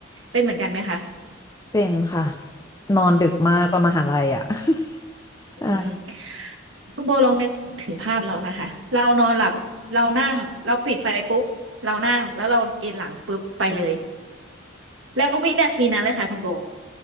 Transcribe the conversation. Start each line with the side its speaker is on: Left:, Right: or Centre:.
Right: เป็นเหมือนกันไหมคะ
Left: เป็นค่ะนอนดึกมากตอนมหาลัยอ่ะ <laughs> ใช่
Right: อืมคุณโบลองนึกถึงภาพเรานะคะเรานอนหลับเรานั่งเราปิดไฟปุ๊บเรานั่งแล้วเราเอนหลังปุ๊บไปเลยแล้ววินาทีนั้นเลยค่ะคุณโบ